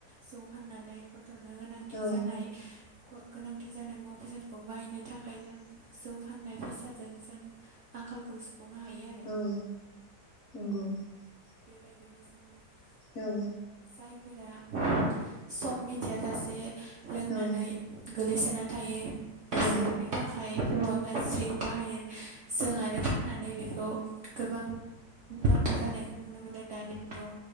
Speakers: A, on the right (about 70°); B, on the left (about 65°).
A: जौ फाननानै गथ'नो गोनांथि
B: औ
A: जानाय। गोनांथि जानाय मुवा बेसादखौ बायनो थाखाय जों जौ फाननाय फैसाजों जों।। <unintelligible>
B: <unintelligible>
A: आरो <unintelligible>
B: औ
A: जायफोरा <unintelligible>
B: औ
A: गोलैसोना था
B: औ
A: जौआ गासै <unintelligible>